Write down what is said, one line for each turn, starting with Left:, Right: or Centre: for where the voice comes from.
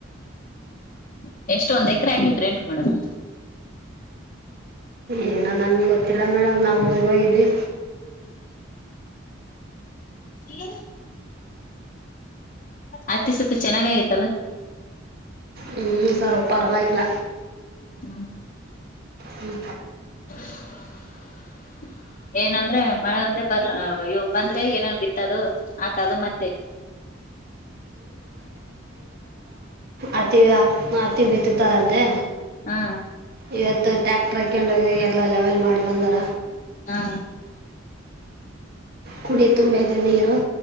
Left: ಬ ಎಷ್ಟ ಒಂದ್ ಎಕರೆ ಹಾಕಿದ್ರೆ ಎಂಟಟ್ ಮಾಡಕ್
Right: ಏನೋ ನನಗೆ ಗೊತ್ತಿಲ್ಲ ಮೇಡಮ್ ನಾವು ಊರ್ರಿಗೆ ಹೋಗಿದ್ವಿ
Left: ಯ ಅತ್ತೆ ಸತಿ ಚೆನ್ನಾಗಾಗಿತಲ್ಲ
Right: ಹ್ಮ್ ಸರ್ ಪರವಾಗಿಲ್ಲ
Left: ಹ್ಮ
Right: ಹ್ಮ
Left: ಹ್ಮ್ ಏನಂದ್ರೆ ಮಳೆ ಒಂದೆ ಬರ್ಲ ಇವ ಬಂದ್ರೆ ಏನೇನ್ ಬಿತ್ತದು ಹಾಕದು ಮತ್ತೆ ಹ
Right: ಅತ್ತಿ ಹತ್ತಿ ಬಿತ್ತತಾರಂತೆ
Left: ಹಾ
Right: ಇವತ್ತು ಟ್ಯಾಕ್ಟರ್ ಹಾಕೊಂಡೋಗಿ ಎಲ್ಲಾ ಲೆವೆಲ್ ಮಾಡಿ ಬಂದಾರ
Left: ಹಾ
Right: ಕುಡಿ ತುಂಬದೆ ನೀರು